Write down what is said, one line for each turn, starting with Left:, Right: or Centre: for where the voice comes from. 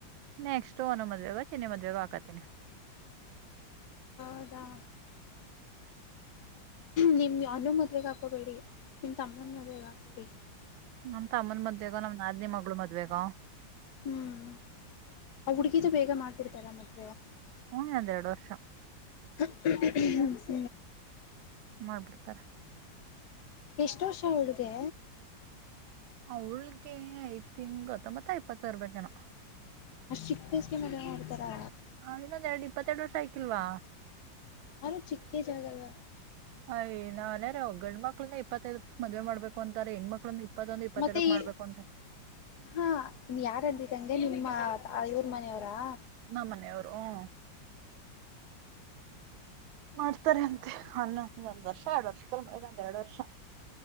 Right: ನೆಕ್ಸ್ಟ್ ಒನ್ೋ ಮದ್ವೆಗ ಚಿನ್ನನೆ ಮದ್ವೆಗ ಹಾಕಾತೀಿನಿ
Left: ಹೌದಾ ನಿಮ್ ಅನ್ನು ಮದ್ವೆಗ ಹಾಕೋಬೇಡಿ ನಿಮ್ ತಮ್ಮನ ಮದ್ವೆಗ್ ಹಾಕಬೇಡಿ
Right: ನಮ್ ತಮ್ಮನ ಮದ್ವೆೇಗ ನಮ್ ನಾದಿನಿ ಮಗಳು ಮದ್ವೆೇಗ
Left: ಹ್ಮ್ ಅವ ಹುಡ್ಗಿದು ಬೇಗ ಮಾಡ್ಬಿಡ್ತಾರ ಮತ್ತೆ
Right: ಹನ್ ಅದ ಎರಡು ವರ್ಷ
Left: ಹ ಸ
Right: ಮಾಡ್ಬಿಡ್ತಾರ
Left: ಎಷ್ಟ ವರ್ಷ ಹುಳ್ಗೆ
Right: ಆ ಹುಳ್ಿಗೆ ಐ್ ತಿಂಗ್ ಗತ್ತ ಮತ್ತ ಐಪ್ಪತ್ತರ್ ಬೇನ
Left: ಅಷ್ಟ್ ಚಿಕ್ಕೇಸ್ಗೆ ಮೇಲೆ ಏನ್ ಮಾಡ್ತಾರಾ
Right: ಹ ಇನ್ನೊಂದೆರಡು ಇಪ್ಪತ್ತೆರಡು ವರ್ಷ ಆಯಕಿಲ್ವಾ
Left: ಯಾರು ಚಿಕ್ಕೆ ಜಾಗಲ್ಲ
Right: ಅಯ ನಳೆರು ಗಂಡ್ಮಕ್ಳನ್ನ ಇಪ್ಪತ್ತೈದಕ್ ಮದ್ವೆ ಮಾಡ್ಬೇಕು ಅಂತಾರೆ ಹೆಣ್ಮಕ್ಳನ್ನ ಇಪ್ಪತ್ತೊಂದು ಇಪ್ಪತ್ತೆರಡಕ್
Left: ಮತ್ತೆ ಈ
Right: ಮಾಡ್ಬೇಕು ಅಂತ
Left: ಹಾ ನೀ ಯಾರಂದಿದ್ದಂಗೆ ನಿಮ್ಮ ಇವ್ರ ಮನೆಯವರಾ
Right: ನ ಮನೆಯ ಅವರು ಹ ಮಾಡ್ತಾರೆ ಅಂತೆ ಅನ್ನಂದ ಒಂದ್ ವರ್ಷ ಎರಡ್ ವರ್ಷಕ್ಕೆ ಒಂದ್ ಎರಡ್ ವರ್ಷ